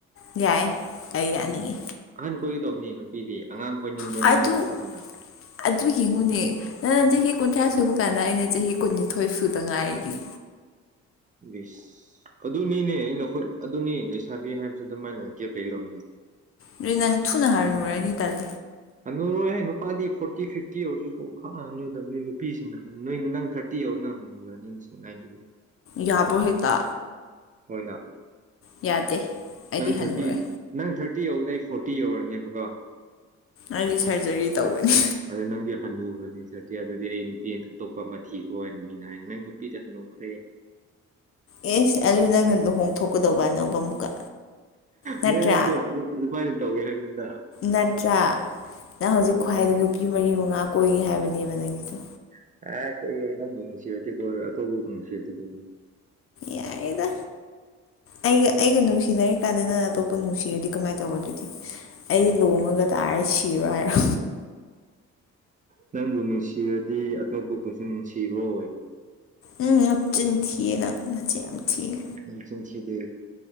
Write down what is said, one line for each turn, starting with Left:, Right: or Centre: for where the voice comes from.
Left: ꯌꯥꯏ ꯑꯩ ꯌꯥꯅꯤꯡꯉꯤ
Right: ꯑꯍꯟ ꯀꯣꯏꯒꯗꯧꯕꯅꯤ ꯅꯨꯄꯤꯗꯤ ꯑꯉꯥꯡ ꯀꯣꯏꯅꯤꯡꯕ꯭ꯔꯣ
Left: ꯑꯗꯨ
Right: ꯅꯪ <unintelligible>
Left: ꯑꯗꯨ ꯌꯦꯡꯉꯨꯅꯦ ꯅꯪ ꯅꯪ ꯆꯍꯤ ꯀꯨꯟꯊ꯭ꯔꯥ ꯁꯨꯕ ꯀꯥꯟꯗ ꯑꯩꯅ ꯆꯍꯤ ꯀꯨꯟꯅꯤꯊꯣꯏ ꯁꯨꯗ ꯉꯥꯏꯔꯤ
Right: ꯢꯁ ꯑꯗꯨꯅꯤꯅꯦ ꯅꯈꯣꯏ ꯑꯗꯨꯅꯤ ꯂꯩꯁꯥꯕꯤ ꯍꯥꯏꯕꯁꯨ ꯑꯗꯨꯃꯥꯏꯅ ꯒꯦꯞ ꯂꯩꯒꯗꯝꯅꯦ
Left: ꯑꯗꯨ ꯅꯪ ꯊꯨꯅ ꯍꯥꯔꯅ ꯍꯔꯦꯅꯤꯇꯔꯦ
Right: ꯍꯜꯉꯨꯔꯣꯏꯍꯦ ꯅꯨꯄꯥꯗꯤ ꯐꯣꯔꯇꯤ ꯐꯤꯐꯇꯤ ꯑꯣꯏꯔꯁꯨ ꯁ ꯍꯥ ꯍꯜꯟꯅꯨꯗꯕ ꯅꯣꯏ ꯅꯨꯄꯤꯁꯤꯡꯅ ꯍꯪ ꯅꯣꯏ ꯅꯪ ꯊꯥꯔꯇꯤ ꯌꯥꯔ ꯅ ꯍꯜꯂꯨ ꯍꯁꯤꯡꯅꯕꯤꯒꯦ
Left: ꯌꯥꯕ ꯍꯦꯇꯥ
Right: ꯃꯣꯏꯅ
Left: ꯌꯥꯗꯦ ꯑꯩꯗꯤ
Right: ꯅꯪ
Left: ꯍꯜꯂꯨꯔꯦ
Right: ꯊꯥꯔꯇꯤ ꯅꯪ ꯊꯥꯔꯇꯤ ꯌꯧꯕꯗ ꯑꯩ ꯐꯣꯔꯇꯤ ꯌꯧꯔꯅꯦꯕꯀꯣ
Left: ꯑꯩꯗꯤ ꯁꯔꯖꯔꯤ ꯇꯧꯋꯅꯤ
Right: ꯑꯗꯨꯗ ꯅꯪꯗꯤ ꯍꯟꯅꯨꯈ꯭ꯔꯅꯤ ꯁꯥꯔꯗꯤꯤ ꯑꯗꯨꯗꯤ ꯑꯩ ꯅꯨꯄꯤ ꯑꯇꯣꯞꯄ ꯑꯃ ꯊꯤꯈ꯭ꯔꯣꯅ ꯃꯤꯅ ꯍꯥꯏ ꯅꯪ ꯅꯨꯄꯤꯗꯤ ꯍꯟꯅꯨꯈ꯭ꯔꯦ
Left: ꯑꯦꯁ ꯑꯂꯨ ꯅꯪꯗꯣ ꯍꯣꯡꯊꯣꯛꯀꯗꯧꯕ ꯑꯅꯧꯕ ꯑꯃꯨꯛꯀ ꯅꯠꯇ꯭ꯔꯥ
Right: ꯃꯑꯣꯡꯗꯣ ꯑꯗꯨꯃꯥꯏꯅ ꯇꯧꯋꯦ ꯍꯥꯏꯕꯅꯤꯗ
Left: ꯅꯠꯇ꯭ꯔ ꯅꯪ ꯍꯧꯖꯤꯛ
Right: ꯃꯑꯣꯡꯗꯣ
Left: ꯈ꯭ꯋꯥꯏꯗ ꯅꯨꯄꯤ ꯃꯔꯤ ꯃꯉꯥ ꯀꯣꯏ ꯍꯥꯏꯕꯅꯦꯕ ꯅꯪꯒꯤꯗꯣ
Right: <unintelligible>
Left: ꯌꯥꯏꯌꯦꯗ ꯑꯩꯒ ꯑꯩꯒ ꯅꯨꯡꯁꯤꯅꯔꯤ ꯀꯥꯟꯗ ꯅꯪꯅ ꯑꯇꯣꯞꯄ ꯅꯨꯡꯁꯤꯔꯗꯤ ꯀꯃꯥꯏꯅ ꯇꯧꯕ ꯑꯗꯨꯗꯤ꯫ ꯑꯩ ꯂꯣꯡꯉꯒ ꯇꯥꯔ ꯁꯤꯔꯣ ꯍꯥꯏꯔꯣ꯫
Right: ꯅꯪꯕꯨ ꯅꯨꯡꯁꯤꯔꯗꯤ ꯑꯇꯣꯞꯄꯕꯨꯁꯨ ꯅꯨꯡꯁꯤꯔꯣꯏ
Left: ꯎꯝ ꯅꯥꯞꯆꯤꯟ ꯊꯤꯌꯦꯅ ꯅꯆꯤꯟ ꯌꯥꯝ ꯊꯤꯌꯦ
Right: ꯃꯆꯤꯟꯊꯤꯗꯦ꯫